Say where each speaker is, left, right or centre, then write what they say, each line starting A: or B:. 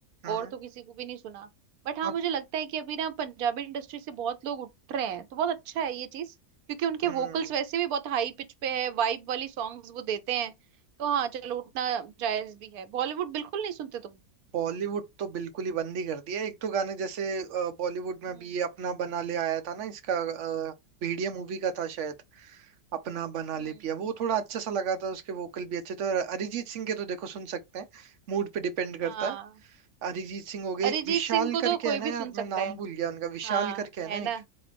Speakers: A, on the right; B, on the right.
A: हम्म
B: और तो किसी को भी नहीं सुना बट हाँ
A: आप-
B: मुझे लगता है कि अभी ना पंजाबी इंडस्ट्री से बहुत लोग उठ रहे हैं तो बहुत अच्छा है ये चीज क्योंकि उनके
A: हम्म
B: वोकल्स वैसे भी बहुत हाई पिच पे है वाइब वाली सॉन्ग्स वो देते हैं तो हाँ चलो उठना जायज भी है बॉलीवुड बिल्कुल नहीं सुनते तुम
A: बॉलीवुड तो बिल्कुल ही बंद ही कर दिया एक तो गाने जैसे अ, बॉलीवुड में
B: हम्म
A: अभी ये अपना बना ले आया था ना इसका अ, भेड़िया मूवी का था शायद अपना बना ले
B: हम्म
A: पिया वो थोड़ा अच्छा सा लगा था उसके वोकल भी अच्छे थे और अरिजीत सिंह के तो देखो सुन सकते हैं मूड पे डिपेंड करता
B: हाँ
A: है अरिजीत सिंह हो गए
B: अरिजीत
A: एक विशाल
B: सिंह को तो
A: करके
B: कोई
A: है ना
B: भी
A: यार
B: सुन
A: मैं
B: सकता
A: नाम
B: है
A: भूल गया उनका विशाल
B: हाँ
A: करके है
B: है
A: ना
B: ना
A: एक